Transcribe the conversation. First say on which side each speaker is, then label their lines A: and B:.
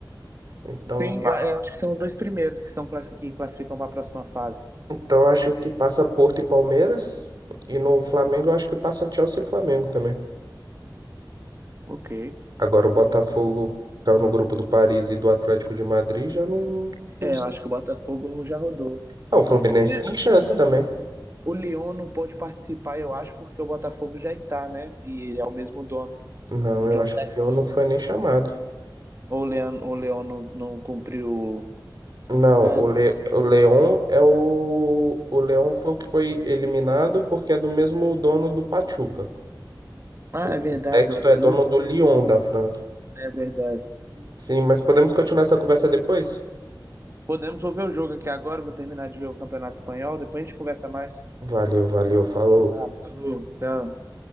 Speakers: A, on the right; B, on the right.
A: Então
B: Tem,
A: passa.
B: eu, eu acho que são os dois primeiros que são classi- que classificam para a próxima fase.
A: Então eu acho que passa Porto e Palmeiras. E no Flamengo eu acho que passa Chelsea e Flamengo também.
B: Ok.
A: Agora o Botafogo caiu no grupo do Paris e do Atlético de Madrid, já não, não...
B: É,
A: sei.
B: eu acho que o Botafogo já rodou.
A: Ah, o Fluminense
B: É, até
A: tem chance
B: o,
A: também.
B: o Lyon não pôde participar, eu acho, porque o Botafogo já está, né? E é o mesmo dono,
A: Não,
B: o
A: eu
B: John
A: acho
B: Textor.
A: que o Leão não foi nem chamado.
B: Ou o Leão, ou o Leão não, não cumpriu.
A: Não,
B: É,
A: o,
B: não-
A: Le... o Leão é o. O Leão foi o que foi eliminado porque é do mesmo dono do Pachuca.
B: Ah,
A: O
B: é verdade,
A: o Texto
B: o outro
A: é dono
B: é Leão.
A: do Lyon da França.
B: É verdade.
A: Sim, mas podemos continuar essa conversa depois?
B: Podemos ouvir o jogo aqui agora. Vou terminar de ver o Campeonato Espanhol. Depois a gente conversa mais.
A: Valeu, valeu, falou.
B: Ah, falou. Tchau.